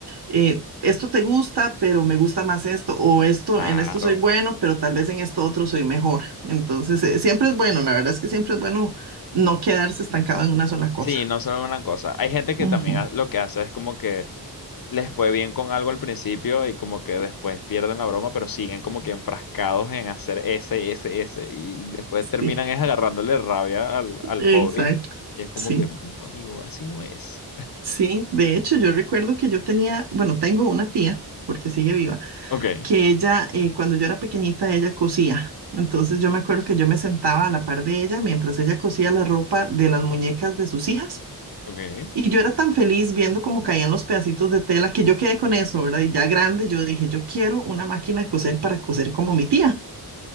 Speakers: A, on the right (about 80°); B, on the left (about 60°).
A: eh, esto te gusta, pero me gusta más esto, o esto,
B: Claro.
A: en esto soy bueno, pero tal vez en esto otro soy mejor. Entonces, eh, siempre es bueno, la verdad es que siempre es bueno no quedarse estancado en una sola cosa.
B: Sí, no solo una cosa. Hay gente que
A: Ujú,
B: también ha- lo que hace es como que les fue bien con algo al principio y como que después pierden la broma, pero siguen como que enfrascados en hacer ese, ese, ese y después
A: Sí,
B: terminan es agarrándole rabia al, al
A: exacto.
B: hobby y es como
A: Sí,
B: que, no, amigo, así no es.
A: sí. De hecho, yo recuerdo que yo tenía, bueno, tengo una tía, porque sigue viva
B: Ok,
A: que ella, eh, cuando yo era pequeñita, ella cosía. Entonces yo me acuerdo que yo me sentaba a la par de ella mientras ella cosía la ropa de las muñecas de sus hijas.
B: ok,
A: Y yo era tan feliz viendo cómo caían los pedacitos de tela que yo quedé con eso, ¿verdad? Y ya grande yo dije, yo quiero una máquina de coser para coser como mi tía.